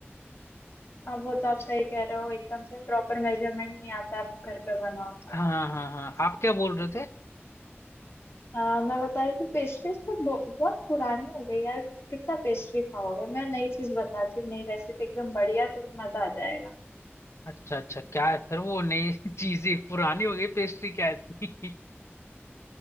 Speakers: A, on the left; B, on the left.
A: अब वो तो आप सही कह रहे हो एकदम से प्रॉपर मेजरमेंट नहीं आता आप घर पे बनाओ तो
B: हाँ हाँ हाँ आप क्या बोल रहे थे
A: आ, मैं बता रही थी पेस्ट्रीज तो बहु- बहुत पुरानी हो गई यार कितना पेस्ट्री खाओगे मैं नई चीज बताती हूँ नई रेसिपी एकदम बढ़िया तो मजा आ जाएगा
B: अच्छा अच्छा क्या है फिर वो नई <laughs> चीजें पुरानी हो गई पेस्ट्री क्या है इतनी?